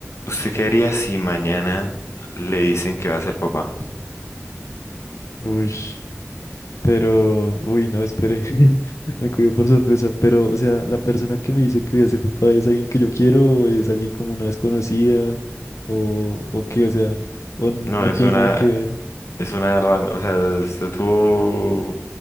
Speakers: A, on the left; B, on the left.
A: ¿Usted qué haría si mañana le dicen que va a ser papá?
B: Uy, pero, uy, no, espere, <laughs> me cogió por sorpresa, pero, o sea, la persona que me dice que voy a ser papá es alguien que yo quiero, o es alguien como una desconocida, o, o qué, o sea, o no
A: No, es
B: tiene
A: una,
B: nada que ver,
A: es una random, o sea, usted tuvo